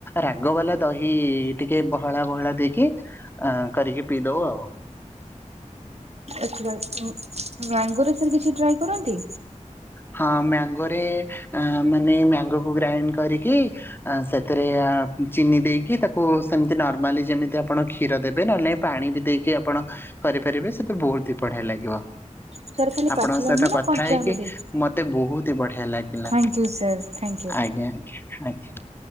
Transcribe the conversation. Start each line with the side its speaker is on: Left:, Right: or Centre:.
Left: ରାଗ ବାଲା ଦହି ଟିକେ ବହଳା ବହଳା ଦେଇକି। ଅ କରିକି ପିଇଦଉ ଆଉ।
Right: ଆଛା ଉଁ ମ୍ୟାଙ୍ଗୋ ସାର୍ କିଛି ଟ୍ରାଏ କରନ୍ତି।
Left: ହଁ ମ୍ୟାଙ୍ଗୋରେ ମାନେ ମ୍ୟାଙ୍ଗୋ କୁ ଗ୍ରାଇଣ୍ଡ କରିକି ଆ ସେଥିରେ ଚିନି ଦେଇକି, ତାକୁ ସେମିତି ନର୍ମାଲି ଯେମିତି ଆପଣ କ୍ଷୀର ଦେବେ, ନହେଲେ ନାଇଁ ପାଣି ବି ଦେଇକି ଆପଣ କରିପାରିବେ, ସେତ ବହୁତ ହି ବଢିଆ ଲାଗିବ।
Right: ସାର୍ ଖାଲି
Left: ଆପଣଙ୍କ
Right: ପାଚିଲା
Left: ସହିତ
Right: ଆମ୍ବ ନା
Left: କଥା
Right: କଞ୍ଚା
Left: ହେଇକି,
Right: ଆମ୍ବରେ
Left: ମତେ ବହୁତ ଏତେ ବଢିଆ ଲାଗିଲା,
Right: thank you sir thank you.
Left: ଆଜ୍ଞା ଆ ଆଜ୍ଞା।